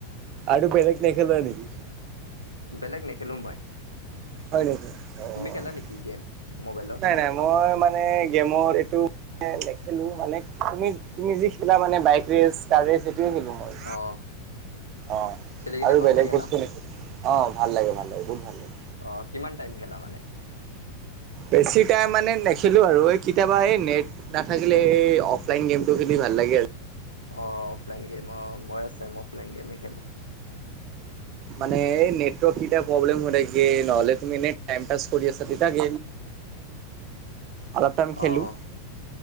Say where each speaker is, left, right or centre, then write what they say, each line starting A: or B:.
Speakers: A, on the right (about 35°); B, on the left (about 80°).
A: আৰু বেলেগ নেখেল নেক
B: বেলেগ নেখেলো মই
A: হয় নেকি? অ'
B: তুমি খেলা নেকি গেম? মোবাইলত?
A: নাই, নাই, মই মানে গেমত এইটো নেখেলো মানে তুমি, তুমি, যি খেলা মানে বাইক ৰেচ, কাৰ ৰেচ <unintelligible> মই
B: অ',
A: অ,
B: খেলি কিনে
A: আৰু
B: ভাল
A: বেলেগ
B: লাগে ন?
A: বস্তু নেছিলি অ, ভাল লাগে, ভাল লাগে বহুত ভাল লাগে।
B: অ, কিমান টাইম, গেলা মানে
A: বেছি টাইম মানে নেখেলো আৰু এই কেতিয়াবা এই নেট নাথাকিলে এই অফলাইন গেমটো খেলি নালাগ
B: আহ অফলাইন গেম আহ, মই আ, চ, অফলাইন গেম খেলো।
A: মানে নেটৰ্ক ই, প্ৰব্লেম হৈ, গে, নহলে, তুমি এনোই প, কৰি আছা তেতিয়া গ আলপটাম খেলোঁ।
B: অ',